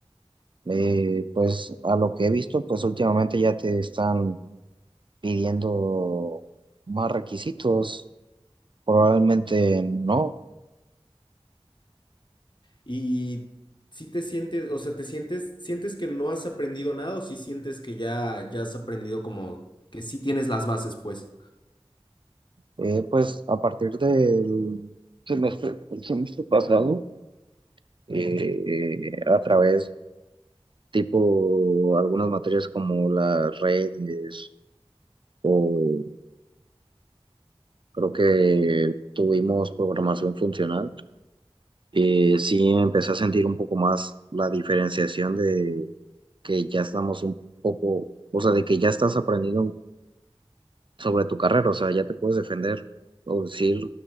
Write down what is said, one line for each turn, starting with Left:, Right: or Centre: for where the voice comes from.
Right: eh, pues a lo que he visto, pues últimamente ya te están pidiendo más requisitos, probablemente no.
Left: ¿Y si te sientes, o sea, te sientes, sientes que no has aprendido nada o si sientes que ya, ya has aprendido como que sí tienes las bases, pues?
Right: Eh, pues a partir del semestre pasado, eh, a través tipo algunas materias como las redes o creo que tuvimos programación funcional, eh, sí empecé a sentir un poco más la diferenciación de que ya estamos un poco, o sea, de que ya estás aprendiendo sobre tu carrera, o sea, ya te puedes defender o decir,